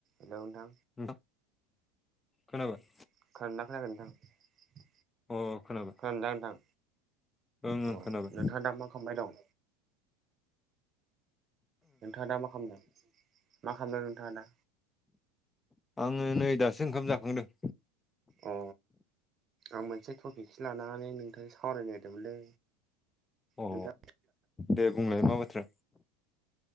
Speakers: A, on the right (about 35°); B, on the left (about 20°).
A: हेल नोंथां
B: नोंथां खोनाबाय
A: खोनादोंना खोनायाखै नोंथां
B: अ खोनाबाय
A: खोनादोंना नोंथां
B: ओं
A: अ
B: ओं खोनाबाय
A: नोंथाङा दा मा खालामबाय दं नोंथाङा दा मा खालामदों मा खालामदों नोंथाङा दा
B: आङो नै दासो ओंखाम जाखांदों
A: अ आं मोनसे टपिकसो लानानै नोंथांजों सावरायनो नागिरदोंमोनलै
B: अ
A: नोंथाङा
B: दे बुंनाय मा बाथ्रा